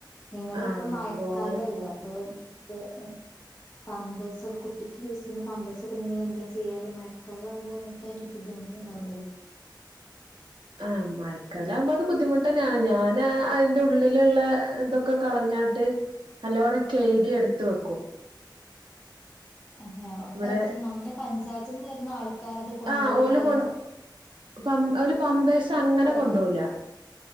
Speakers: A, on the left; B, on the right.
A: നിങ്ങള്
B: ആഹ്
A: ഇപ്പൊ മയക്കാലല്ലേ
B: പോലെ
A: അപ്പൊ <unintelligible> പാമ്പേഴ്സൊക്കെ കുട്ടിക്ക് യൂസ് ചെയ്യുന്ന പമ്പേഴ്സൊക്കെ നിങ്ങളെന്താ ചെയ്യാറ് മഴക്കാലം ആവുമ്പോന്ന് അതിന്റെ ഒരു ബുദ്ധിമുട്ട് ഉണ്ടാവൂലേ
B: ആഹ് മഴക്കാലം ആവുമ്പോ അത് ബുദ്ധിമുട്ട് തന്നെയാണ് ഞാന് അയിന്റെ ഉള്ളിലുള്ള ഇതൊക്കെ കളഞ്ഞാട്ട് നല്ലോണം കയ്കി എടുത്ത് വെക്കും
A: അതെയൊ
B: ഇവിടെ
A: നമ്മുടെ പഞ്ചായത്തീന്ന് വരുന്ന ആൾക്കാര് അത് കൊണ്ട്
B: ആഹ്
A: പോവില്ലല്ലോ
B: ഓല് കൊ പം ഓല് പമ്പേഴ്സ് അങ്ങനെ
A: കൊണ്ടോവോ
B: കൊണ്ട് പോവൂല്ല